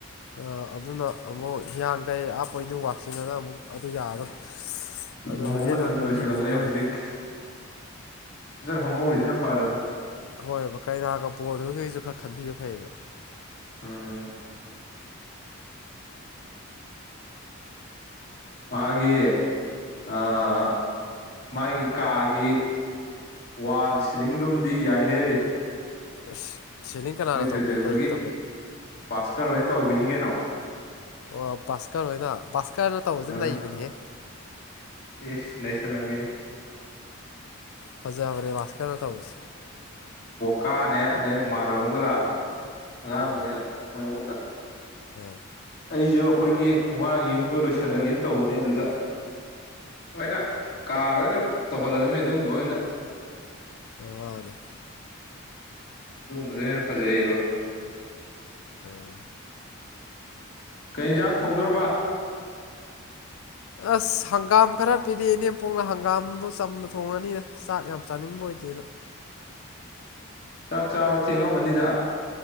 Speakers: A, on the left; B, on the left.
A: ꯑ ꯑꯗꯨꯅ ꯑꯃꯨꯛ ꯍꯤꯌꯥꯡꯒꯩ ꯑꯥ ꯄꯣꯏꯅꯨ ꯋꯥꯛꯆꯤꯡ ꯑꯅ ꯑꯃꯨꯛ ꯑꯗꯨ ꯌꯥꯔꯔꯣꯏ ꯑꯗꯣ
B: ꯂꯨꯍꯣꯡꯕ
A: ꯍꯧꯖꯤꯛ
B: ꯃꯇꯝ
A: ꯑꯗꯨꯝ ꯍꯣꯡꯕꯤꯕꯁꯦ
B: ꯂꯣꯏꯁꯤꯜꯂꯛꯂꯦ
A: ꯐꯔꯦ
B: ꯍꯧꯖꯤꯛ ꯍꯣꯡꯍꯧꯔꯤꯁꯤꯅ ꯐꯔꯕꯅꯤ
A: ꯍꯣꯏꯕ ꯀꯩꯅꯒ ꯕꯣꯔꯗꯨꯒꯤꯖꯨ ꯈꯔ ꯈꯟꯕꯤꯕ ꯐꯩꯌꯦꯕ
B: ꯑꯥ ꯃꯒꯤ ꯑꯥ ꯃꯒꯤ ꯀꯒꯤ ꯋꯥꯜ ꯁꯤꯂꯤꯡꯗꯨꯝꯗꯤ ꯌꯥꯏꯍꯦ
A: ꯑꯁ ꯁꯦꯂꯤꯡ ꯀꯅꯥꯅ
B: ꯈꯣꯏ ꯊꯣꯏꯊꯣꯏꯕꯒꯤ
A: ꯇꯧꯒꯦ ꯀꯩꯅ ꯇꯧꯒꯦ
B: ꯕꯥꯁꯀꯔ ꯍꯣꯏꯅ ꯇꯧꯕꯤꯅꯤꯒ
A: ꯑꯣ ꯕꯥꯁꯀꯔ ꯍꯣꯏꯅ ꯕꯥꯁꯀꯔꯅ ꯇꯧꯕꯁꯤ
B: ꯑꯥ
A: ꯅꯩꯕꯅꯤꯍꯦ
B: ꯏꯁ ꯅꯩꯁꯜꯂꯝꯃꯤꯅꯤ
A: ꯐꯖꯕꯅꯦ ꯋꯥꯁꯀꯔꯅ ꯇꯧꯕꯁꯦ
B: ꯀꯥꯅꯦ ꯑꯗꯩ ꯃꯃꯥꯟꯅꯕ ꯑꯃꯒ ꯂꯥꯛꯑꯝꯃꯦ ꯑꯉꯥꯡꯂ
A: ꯑꯥ
B: ꯀꯩꯅꯣ ꯃꯣꯏ ꯑꯍꯨꯝꯅ
A: ꯑꯥ
B: ꯑꯩꯖꯨ ꯑꯈꯣꯏꯒꯤ ꯃꯃꯥꯡꯒꯤ ꯌꯨꯝꯗꯣ ꯂꯣꯏꯁꯜꯂꯒꯦꯅ ꯇꯧꯕꯅꯦ ꯑꯗꯨꯗ ꯂꯣꯏꯅ ꯀꯥ ꯂꯣꯏꯅ ꯇꯧꯍꯜꯂꯗꯝꯅꯦ ꯑꯗꯨꯒꯨꯝꯕ ꯑꯣꯏꯅ
A: ꯑꯉꯥꯡꯅꯦ
B: ꯑꯗꯨꯒꯨꯝꯕꯗꯨꯅ ꯍꯦꯟꯅ ꯐꯖꯩꯌꯦꯕ
A: ꯑꯥ
B: ꯀꯩ ꯍꯦꯟꯖꯥꯡ ꯊꯣꯡꯗꯣꯔꯕ
A: ꯑꯁ ꯍꯪꯒꯝ ꯈꯔ ꯄꯤꯔꯛꯑꯦ ꯏꯅꯦꯝꯄꯣꯛꯅ ꯍꯪꯒꯝꯗꯣ ꯆꯝꯅ ꯊꯣꯡꯉꯅꯤ ꯆꯥꯛ ꯌꯥꯝ ꯆꯥꯅꯤꯡꯕ ꯑꯣꯏꯗꯦꯕ
B: ꯆꯥꯛ ꯆꯥꯕ ꯊꯦꯡꯉꯝꯃꯅꯤꯗ